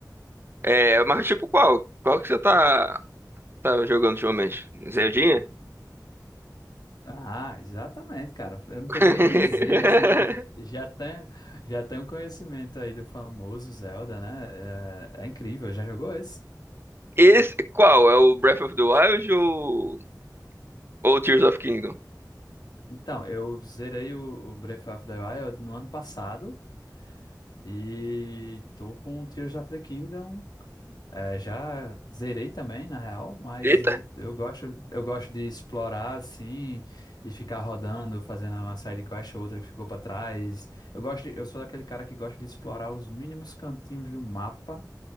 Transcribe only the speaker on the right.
É, mas tipo qual? Qual que você tá, tá jogando ultimamente? Zeldinha?
<laughs>
Esse, qual? É o Breath of the Wild ou, ou Tears of Kingdom?
Eita!